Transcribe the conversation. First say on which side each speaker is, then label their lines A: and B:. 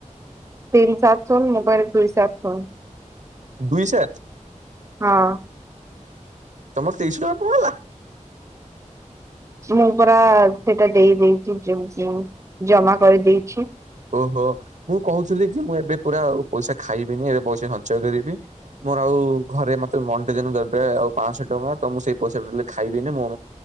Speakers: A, on the right; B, on the right.
A: ତିନ ସାତ ସନ ମୋବାଇଲ ଦୁଇ ସାତ ସନ
B: ଦୁଇଶତ।
A: ହଁ।
B: ତମର ତେଇଶ ଟା କଣ ହେଲା।
A: ମୁଁ ପା ସେଇଟା ଦେଇ ଦେଇେଇଛି ଜମା କରିଦେଇଛି।
B: ଓହୋ ମୁଁ କହୁଥିଲି କି ମୁଁ ଏବେ ପୁରା ପଇସା ଖାଇବିନି ଏବେ ପଇସା ସଞ୍ଚୟ କରିବି ମୋର ଆଉ ଘରେ ମତେ ମଣ୍ଡେ ଦିନ ଦରବେ ଆଉ ପାଞ୍ଚଶହ ଟଙ୍କା ତ ମୁଁ ସେଇ ପଇସା ଖାଇବିନି ମୁଁ